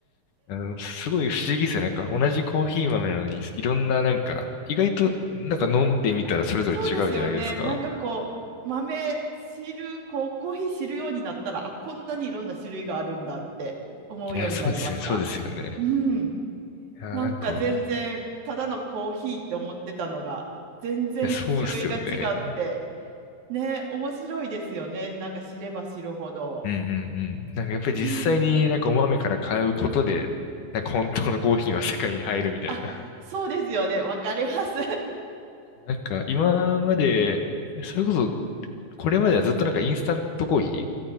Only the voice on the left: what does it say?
あの、すごい不思議ですよね。なんか同じコーヒー豆なのに、いろんななんか、意外となんか飲んでみたらそれぞれ違うじゃないですか。
いや、そうですね、そうですよね。
いや、
なんか、いや、そうですよね。
うんうんうん。なんかやっぱり実際になんかお豆から買うことで、
なんか本当のコーヒーの世界に入るみたいな。
なんか今まで、それこそ、これまではずっとなんかインスタントコーヒ